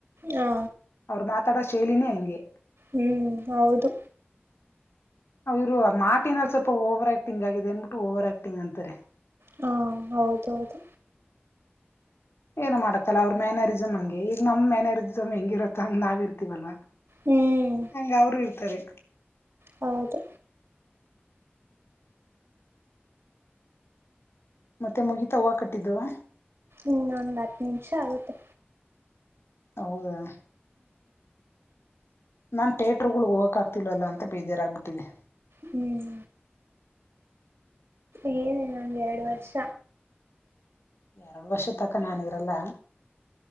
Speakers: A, on the right; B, on the left.
A: ಹಾ
B: ಅವರು ಮಾತ್ರ ತಡ ಶೈಲಿನಿ ಹಂಗೆ
A: ಹ್ಮ್ ಹೌದು
B: ಅವರು ಮಾತಿನಲ್ಲಿ ಸ್ವಲ್ಪ ಓವರ್ ಆಕ್ಟಿಂಗ್ ಆಗಿದೆ ಏನ್ ಓವರ್ ಆಕ್ಟಿಂಗ್ ಅಂತಾರೆ
A: ಹಾ ಹೌದೌದು
B: ಏನು ಮಾಡತ್ತಲ್ಲ ಅವ್ರ ಮ್ಯಾನಾರರಿಸಮ್ ಹಂಗೆ ಈಗ ನಮ್ ಮ್ಯನಾರರಿಸಮ್ ಹೆಂಗಿರತ್ತ ಹಂಗ್ ನಾವ್ ಇರ್ತಿವಲ್ವಾ.
A: ಹ್ಮ್
B: ಹಂಗ ಅವರು ತ್ತರಿ
A: ಹೌದು
B: ಮತ್ತೆ ಮುಗೀಿತ ಹವ ಕಟ್ಟಿದ್ದುವ
A: ಇನ್ನೊಂದ್ ಹತ್ತು ನಿಮಿಷ ಆಗತ್ತೆ
B: ಹೌದಾ ನಾನ್ ಥಿಯೇಟ್ರರ್ಗಳ್ಗ್ ಹೋಗಕಕ್ ಆಗ್ತಿಲ್ವಲ್ಲ ಅಂತ ಬೇಜಾರಾಗಗ್ಬಿಟ್ಟಿದೆ
A: ಹ್ಮ್ ಏನ ನನ್ಗೆ ಎರಡು ವರ್ಷ
B: ಎರಡು ವರ್ಷ ತಕ ನಾನನ್ ಇರಲ್ಲ